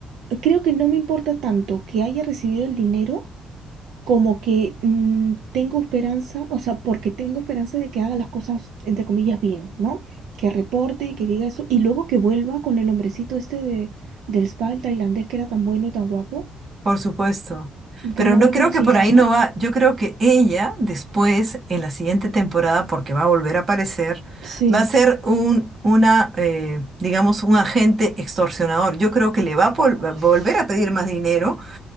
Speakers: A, on the right (about 80°); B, on the right (about 40°).
A: creo que no me importa tanto que haya recibido el dinero como que mm, tengo esperanza, o sea, porque tengo esperanza de que haga las cosas, entre comillas, bien, ¿no? Que reporte, que diga eso, y luego que vuelva con el hombrecito este de, del spa, el tailandés, que era tan bueno y tan guapo,
B: Por supuesto. Pero
A: que no me
B: no
A: acuerdo
B: creo
A: cómo
B: que
A: se
B: por
A: llama.
B: ahí no va. Yo creo que ella después, en la siguiente temporada, porque va a volver a aparecer,
A: Sí.
B: va a ser un, una, eh, digamos, un agente extorsionador. Yo creo que le va a pol-
A: Uf,
B: va a volver a pedir más dinero